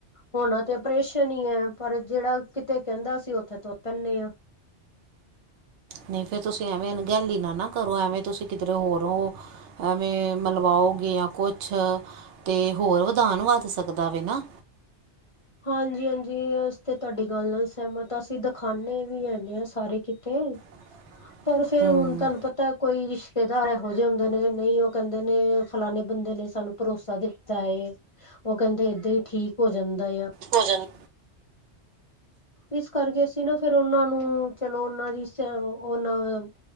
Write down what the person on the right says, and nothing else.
ਨਹੀਂ ਫੇਰ ਤੁਸੀਂ ਐਵੇਂ ਗੈਲੀ ਨਾ-ਨਾ ਕਰੋ, ਐਵੇਂ ਤੁਸੀਂ ਕਿਧਰੇ ਹੋਰ ਹੋ। ਐਵੇਂ ਮਲਵਾਓਗੇ, ਜਾਂ ਕੁਛ ਤੇ ਹੋਰ ਵਿਧਾਨ ਵੱਧ ਸਕਦਾ ਵ ਨਾ
<inaudible>
ਹੂੰ
ਭੋਜਨ,